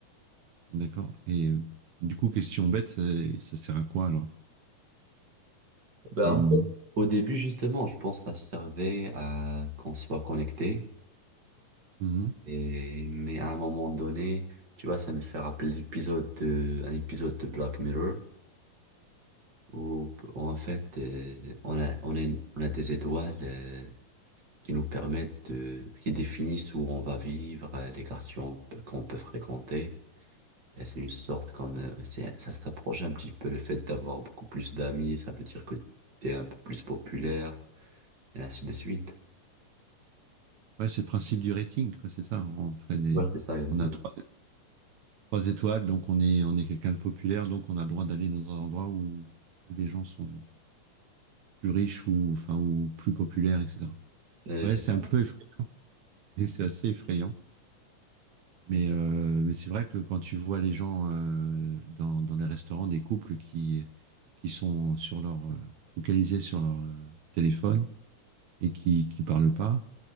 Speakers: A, on the right; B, on the right.
A: D'accord Et euh, du coup, question bête, ça, ça sert à quoi alors C'est
B: Ben,
A: une-
B: en fait, au début, justement, je pense que ça servait à qu'on soit connecté,
A: mmh.
B: et, mais à un moment donné, tu vois, ça me fait rappeler l'épisode de, un épisode de Black Mirror où en fait, euh, on a, on a, une- on a des étoiles euh, qui nous permettent de, qui définissent où on va vivre, euh, les quartiers on peut- qu'on peut fréquenter. Et c'est une sorte comme, euh, c'est- ça s'approche un petit peu le fait d'avoir beaucoup plus d'amis, ça veut dire que tu es un peu plus populaire, et ainsi de suite.
A: ouais, c'est le principe du rating, quoi, c'est ça. On fait des,
B: Ouais, c'est ça, exactement.
A: on a trois, trois étoiles, donc on est, on est quelqu'un de populaire, donc on a le droit d'aller dans un endroit où, où les gens sont plus riches ou, enfin, ou plus populaires, etc.
B: Euh,
A: Ouais,
B: c'est
A: c'est
B: ça.
A: un peu effrayant, <laughs> c'est assez effrayant. Mais, euh, mais c'est vrai que quand tu vois les gens euh, dans, dans les restaurants, des couples qui, qui sont sur leur, euh, focalisés sur leur euh, téléphone et qui qui parlent pas,